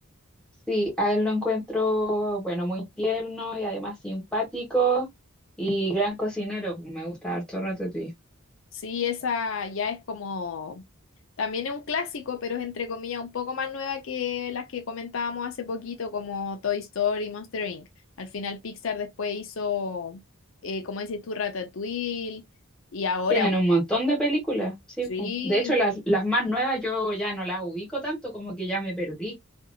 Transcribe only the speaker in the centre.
Sí, a él lo encuentro, bueno, muy tierno y además simpático y gran cocinero. Me gusta harto Ratatouille.
Tienen un montón de películas, sí.
po. De hecho, las, las más nuevas yo ya no las ubico tanto, como que ya me perdí.